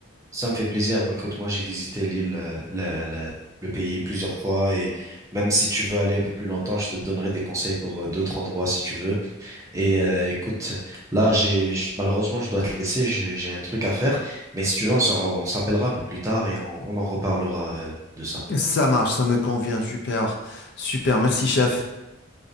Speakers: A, on the right; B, on the left.
A: Ça me fait plaisir. Moi, écoute, moi, j'ai visité l'île, euh, la- la- le pays plusieurs fois et même si tu veux aller un peu plus longtemps, je te donnerai des conseils pour euh, d'autres endroits si tu veux. Et euh, écoute, là, j'ai, je- malheureusement, je dois te laisser. J'ai j'ai un truc à faire. Mais si tu veux, on se ra- on s'appellera un peu plus tard et on, on en reparlera euh, de ça.
B: Ça marche, ça me convient, super, super. Merci, chef.